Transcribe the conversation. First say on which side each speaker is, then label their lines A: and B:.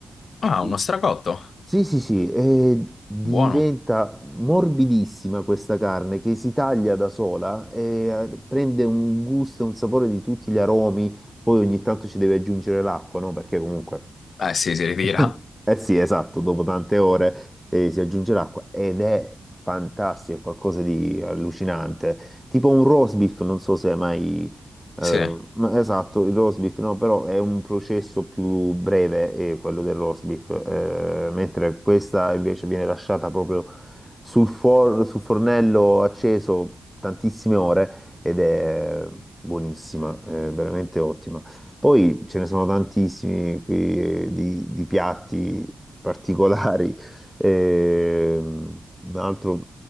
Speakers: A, on the left; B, in the centre.
A: Ah,
B: I-
A: uno stracotto.
B: Sì, sì, sì, e diventa
A: Buono.
B: morbidissima questa carne che si taglia da sola e eh, prende un gusto e un sapore di tutti gli aromi. Poi ogni tanto ci deve aggiungere l'acqua, no? Perché comunque
A: Eh sì, si ritira.
B: <laughs> Eh sì, esatto, dopo tante ore eh, si aggiunge l'acqua ed è fantastico, è qualcosa di allucinante. Tipo un roast beef, non so se hai mai... eh,
A: Sì.
B: no, esatto, il roast beef, no, però è un processo più breve, eh, quello del roast beef, eh, mentre questa invece viene lasciata proprio sul, for- sul fornello acceso tantissime ore ed è buonissima, è veramente ottima. Poi ce ne sono tantissimi qui eh, di, di piatti particolari. <laughs> Ehm, un altro